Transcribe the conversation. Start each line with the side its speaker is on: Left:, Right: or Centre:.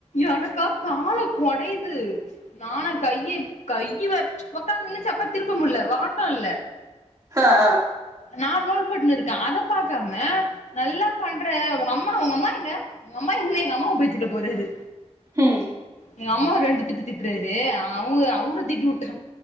Left: எனக்கா கால கொடையிது நானா கைய கைய வேற ஒக்காந்துன்னு சப்பாத் திருப்ப முல்ல வாட்டோ இல்ல
Right: ஹ ஆ
Left: நா லோல் போட்டுனு இருக்கே அத பாக்காம நல்லா பண்ற ஒங்க அம்மா ஒங்க அம்மா எங்க ஒங்கம்மா எங்கனு எங்க அம்மாவ போய் திட்ட போதுரு
Right: ஹும்
Left: எங் அம்மாவ் ரெண்டு திட்டு திட்றரு அவ்ங்க அவர திட்டி வுட்டா